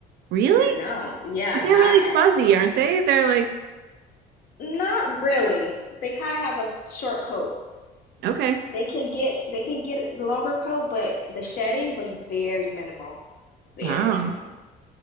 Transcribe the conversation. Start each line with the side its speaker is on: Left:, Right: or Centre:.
Right: Really?
Left: No, yeah,
Right: But they're
Left: not
Right: really fuzzy, aren't they? They're like,
Left: not really. They kind of have a short coat
Right: okay.
Left: They can get they can get the longer coat, but the shedding was very minimal, very
Right: Wow.
Left: minimal.